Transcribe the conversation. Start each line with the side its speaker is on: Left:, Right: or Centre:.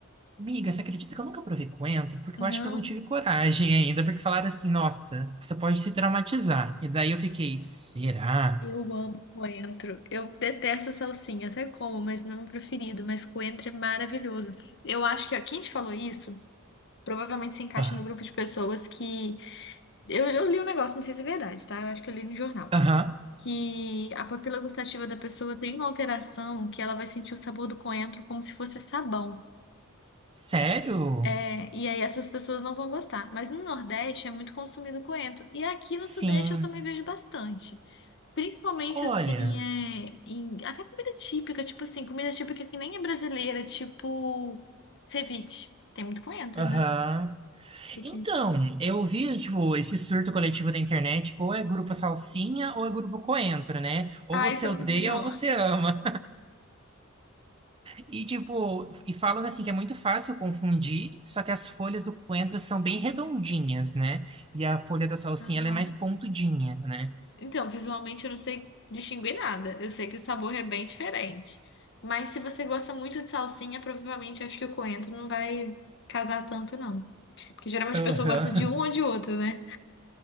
Right: Miga, você acredita que eu nunca provei coentro? Porque
Left: Não.
Right: eu acho que eu não tive coragem <laughs> ainda, porque falaram assim, nossa, você pode se traumatizar. E daí eu fiquei, será?
Left: Eu amo coentro. Eu detesto salsinha, até como, mas não é meu preferido. Mas coentro é maravilhoso. Eu acho que ó, quem te falou isso provavelmente se encaixa
Right: Ah,
Left: no grupo de pessoas que. Eu, eu li um negócio, não sei se é verdade, tá? Eu acho que eu li no jornal.
Right: Aham.
Left: Que a papila gustativa da pessoa tem uma alteração que ela vai sentir o sabor do coentro como se fosse sabão.
Right: Sério?
Left: É, e aí essas pessoas não vão gostar. Mas no Nordeste é muito consumido coentro. E aqui no
Right: Sim.
Left: Sudeste eu também vejo bastante. Principalmente
Right: Olha,
Left: assim, é, em- até comida típica, tipo assim, comida típica que nem é brasileira, tipo ceviche. Tem muito coentro,
Right: aham.
Left: né? E
Right: Então, eu vi, tipo, esse surto coletivo da internet, que ou é grupo Salsinha ou é grupo Coentro, né? Ou
Left: Ah,
Right: você
Left: isso eu
Right: odeia
Left: não vi, não.
Right: ou você ama. E tipo, e falam assim que é muito fácil confundir, só que as folhas do coentro são bem redondinhas, né? E a folha da salsinha
Left: Aham.
Right: ela é mais pontudinha, né?
Left: Então, visualmente eu não sei distinguir nada. Eu sei que o sabor é bem diferente. Mas se você gosta muito de salsinha, provavelmente acho que o coentro não vai casar tanto, não. Porque geralmente
Right: Aham.
Left: a pessoa gosta de um ou
Right: <laughs>
Left: de outro, né?